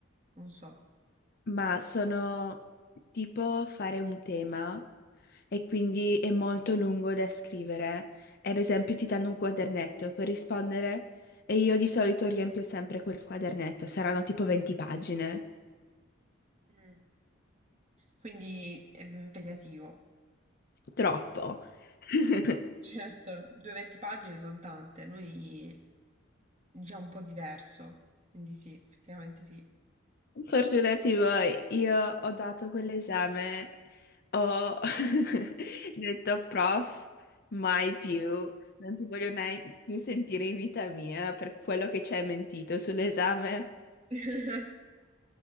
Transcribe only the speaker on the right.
non so.
Mm. Quindi è impegnativo.
Certo, 220 pagine sono tante, noi diciamo un po' diverso, quindi sì, effettivamente sì.
<laughs>